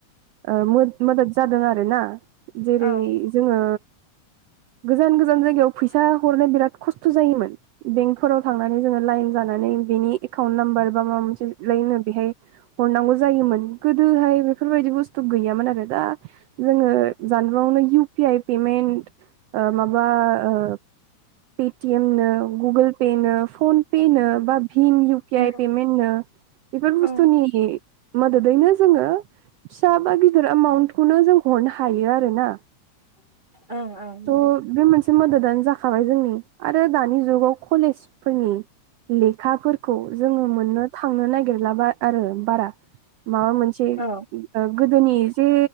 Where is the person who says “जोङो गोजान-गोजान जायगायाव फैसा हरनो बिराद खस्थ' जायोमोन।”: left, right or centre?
Right